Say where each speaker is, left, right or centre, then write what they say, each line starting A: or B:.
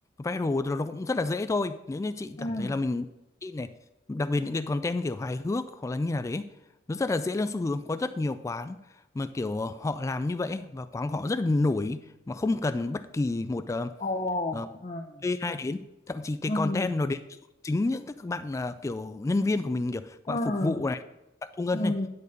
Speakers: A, on the left; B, on the left.
A: viral thì nó cũng rất là dễ thôi nếu như chị cảm
B: ừm.
A: thấy là mình đi này đặc biệt những cái content kiểu hài hước hoặc là như nào đấy nó rất là dễ lên xu hướng có rất nhiều quán mà kiểu họ làm như vậy ấy, và quán của họ rất là nổi mà không cần bất kỳ một ờ,
B: Ồ,
A: ờ,
B: ừm,
A: AI đến thậm chí cái
B: ừm,
A: content nó đến từ chính những các các bạn à, kiểu nhân viên của mình kiểu các bạn
B: ừm,
A: phục vụ này các bạn thu ngân
B: ừm,
A: này